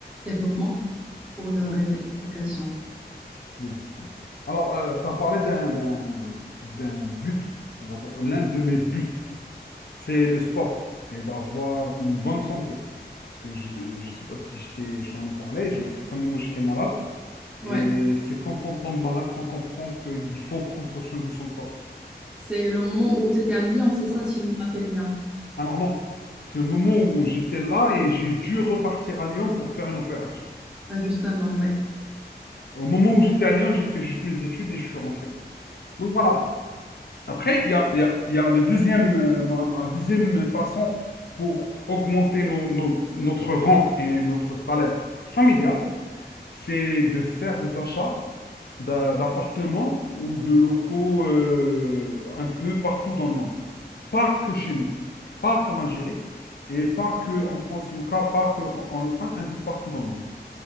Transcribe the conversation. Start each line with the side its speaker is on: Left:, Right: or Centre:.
Centre: développement, pour leur
Left: mhm.
Centre: euh, éducation.
Left: Bien, bien. Alors, tu as parlé d'un, d'un, d'un but, on va dire, l'un de mes buts, c'est le sport et d'avoir une bonne santé. Parce que je ne sais pas si je t'ai, je t'en ai parlé, j'ai, à un certain moment, j'étais malade.
Centre: Ouais,
Left: Et c'est quand on tombe malade qu'on comprend qu'il faut prendre soin de son corps.
Centre: c'est le moment où tu étais à Lyon, c'est
Left: Voilà.
Centre: ça, si je me rappelle bien.
Left: Alors non, c'est le moment où j'étais là et j'ai dû repartir à Lyon pour faire une opération.
Centre: Ouais, justement, ouais.
Left: Au moment où j'étais à Lyon, j'ai fait juste mes études et je suis rentré. Donc voilà, Après, il y a, il y a- il y a le deuxième, euh, ma, ma deuxième façon pour augmenter nos- nos- notre rente et notre salaire familial, c'est de faire des achats d'a- d'appartements ou de locaux euh, un peu partout dans le monde. Pas que chez nous, pas qu'en Algérie et pas que en France ou ca- pas que en en Espagne, un peu partout dans le monde.